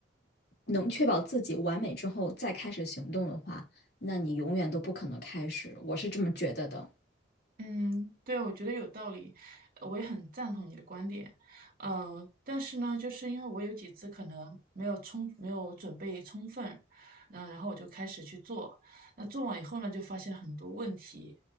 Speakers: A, on the left; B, on the right.
A: 能确保自己完美之后再开始行动的话，那你永远都不可能开始。我是这么觉得的。
B: 嗯，对，我觉得有道理，呃我也很赞同你的观点。呃，但是呢，就是因为我有几次可能没有充，没有准备充分，那然后我就开始去做，那做完以后呢，就发现了很多问题，